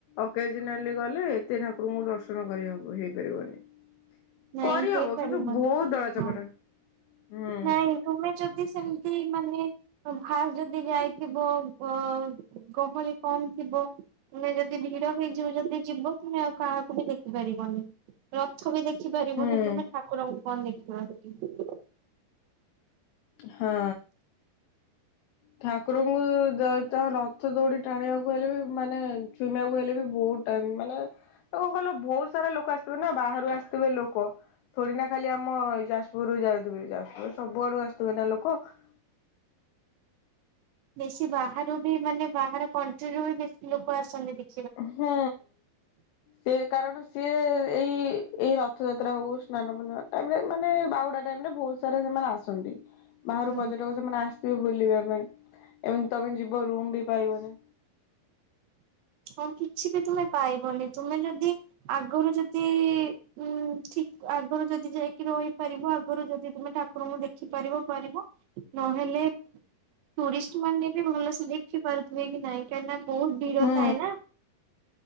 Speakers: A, on the left; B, on the right.
A: ଅକେଜ୍ନାଲି ଗଲେ ହେଲେ ଏତେ ଠାକୁରୁଙ୍କୁ ଦର୍ଶନ କରି ହେଇପାରିବନି।
B: ନାଇଁ
A: କରିହବ
B: ହେଇପାରିବନି
A: କିନ୍ତୁ ବହୁତ୍ ଦଳା ଚକଟା।
B: ହଁ।
A: ହୁଁ
B: ନାଇଁ ତୁମେ ଯଦି ସେମିତି ମାନେ ଫାସ୍ ଯଦି ଯାଇଥିବ ଅ ଗହଳି କମଥିବ। ତୁମେ ଯଦି ଭିଡ ହେଇଯିବ ଯଦି ଯିବ ତୁମେ ଆଉ କାହାକୁ ବି ଦେଖି ପାରିବନି ରଥ ବି ଦେଖି ଖିପାରିବନି
A: ହୁଁ
B: ତୁମେ ଠାକୁରଙ୍କୁ କଁ ଦେଖିବ।
A: ହଁ। ଠାକୁରଙ୍କୁ ଦ ତଁ ରଥ ଦୌଡି ଟାଣିବାକୁ ହେଲେ ବି ମାନେ ଛୁଇଁବାକୁ ହେଲେ ବି ବହୁ ଟାଇମ୍ ମାନେ ଆଉ କଁ କହିଲନା ବହୁତ ସାରା ଲୋକ ଆସିଥିବେ ନା ବାହାରୁ ଆସିଥିବେ ଲୋକ। ଥୋଡି ନା ଖାଲି ଆମ ଯାଜପୁରରୁୁ ଯାଉଥିବେ ଯାଜପୁର ସବୁଆଡୁ ଆସୁଥିବେ ନା ଲୋକ। <unintelligible>
B: ବେଶୀ ବାହାରୁ ବି ମାନେ ବାହାର କଣ୍ଟ୍ରିରୁୁ ବି ବେଶୀ ଲୋକ ଆସନ୍ତି ଦେଖ୍
A: ହଁ ସେ କାରଣ ସିଏ ଏଇ ଏଇ ରଥଯାତ୍ରା ହଉ ସ୍ନାନ ପୂନିମା ଟାଇମ ରେ ମାନେ ବାଉଡା ଟାଇମ ରେ ବହୁତ ସାରା ସେମାନେ ଆସନ୍ତି। ବାହାରୁ
B: ହୁଁ
A: ପର୍ଯ୍ୟଟକ ସେମାନେ ଆସିଥିବେ ବୁ ବୁଲିବା ପାଇଁ ଏମିତି ତମେ ଯିବ ରୁମ୍ ବି ପାଇବନି।
B: ହଁ କିଛି ବି ତୁମେ ପାଇବନି ତୁମେ ଯଦି ଆଗରୁ ଯଦି ଉଁ ଆଗରୁ ଯଦି ଯାଇକି ରହିପାରିବ ଆଗରୁ ଯଦି ତୁମେ ଠାକୁରଙ୍କୁ ଦେଖିପାରିବ ପାରିବ ନହେଲେ ଲେପ୍ ଟୁରିଷ୍ଟ୍ ମାନେ ବି ଭଲସେ ଦେଖପାରୁଥିବେ କି ନାଇଁ କାଇଁକି ନା ବହୁତ୍ ଭିଡ
A: ହଁ
B: ଥାଏ ନା।